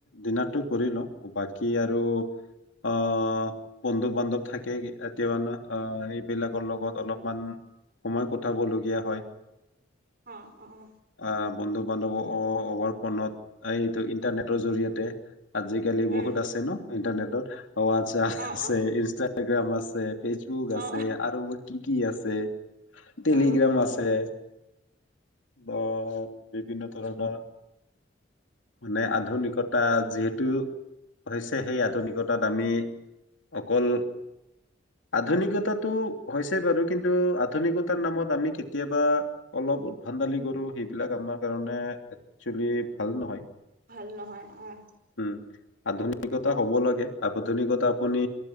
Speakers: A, on the left (about 80°); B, on the right (about 55°).
A: ডিনাৰ টো কৰি লও বাকী আৰু অ' বন্ধু বান্ধৱ থাকে অ' এইবিলাকৰ লগত অলপমান সময় কটাবলগীয়া হয়।
B: অ। অ'অ।
A: আহ বন্ধু বান্ধৱ অভাৰ ফনত এইটো ইন্টাৰনেটৰ জৰিয়তে আজিকালি বহুত
B: উম
A: আছে ন। ইণ্টাৰনেটত। অ' আচ্ছা
B: অ
A: আছে
B: অ
A: ইনষ্টা ইনষ্টাগ্ৰাম আছে? ফেচবুক আছে
B: অ
A: আৰু বা কি কি আছে। টেলিগ্ৰাম
B: অ
A: আছে। অ' বিভিন্ন ধৰণৰ মানে আধুনিকতা যিহেতু হৈছে সেই আধুনিকতাত আমি অকল আধুনিকতাটো হৈছে বাৰু কিন্তু আধুনিকতাৰ নামত আমি কেতিয়াবা অলপ উদ্ভান্দালি কৰো সেইবিলাক আমাৰ কাৰণে একচুৱেলি ভাল নহয়।
B: ভাল নহয় অ'।
A: উম আধুনিকতা হ'ব লাগে আাধুনিকতা আপুনি